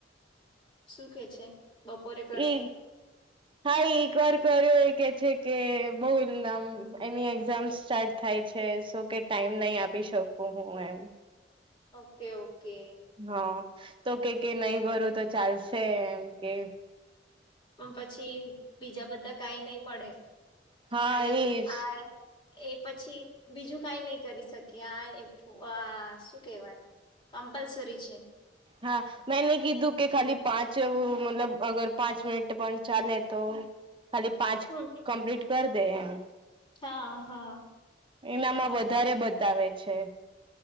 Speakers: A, on the left; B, on the right.
A: શુંકહે છે. બપોરે કરશે
B: એ હા એક વાર કર્યો એ કે છે કે બહુલ નામ એની એક્ઝામ્ સ્ટાર્ટ થાય છે સો કે ટાઈમ નહી આપી શકું હું એમ
A: ઓકે ઓકે
B: હા તો કે કે નહીં કરરું તો ચાલશે એમ કે
A: પણ પછી બીજા બધા કઈ નહી મળે
B: હા
A: આનાથી
B: એજ
A: આ એ પછી બીજું કઈ નહી કરી શકી આ આ શું કેવાય. કમ્પલસરી છે.
B: હા મેંને કીધું કે ખાલી પાંચ મતલબ અગર પાંચ મિનિટ પણ ચાલે તો ખાલી પાંચ
A: હમ
B: કમ્પ્લીટ કર દે એમ
A: હા હા
B: એનામાં વધારે બતાવે છે.